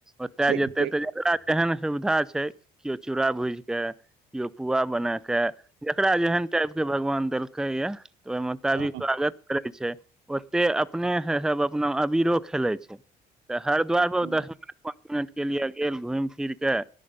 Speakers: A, in the centre; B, on the right.
A: ओतय
B: ठीक
A: जेतै
B: ठीक
A: तऽ जेकरा जेहन सुविधा छै किओ चूड़ा भुजि कऽ केओ पुआ बना केँ जेकरा जेहन टाइप केँ भगवान देलकै य तऽ ओहि मोताबिक
B: हूँ
A: स्वागत करै छै ओते अपने हे अपने मे अबीरो खेलै छै तऽ हरद्वार पर
B: हूँ
A: ओ दस मिनट पाँच मिनट केँ लिए गेल घुमि फिर कऽ